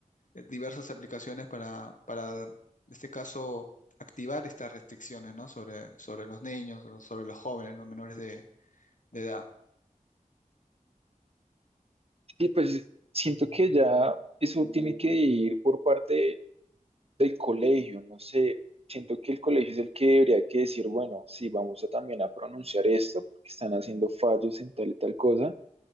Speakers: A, on the left; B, on the right.
A: eh, diversas aplicaciones para, para, en este caso, activar estas restricciones, ¿no? Sobre, sobre los niños, lo- sobre los jóvenes, los menores de, de edad.
B: Y pues siento que ya eso tiene que ir por parte del colegio, no sé, siento que el colegio es el que debería que decir, bueno, sí, vamos a también a pronunciar esto, porque están haciendo fallos en tal y tal cosa,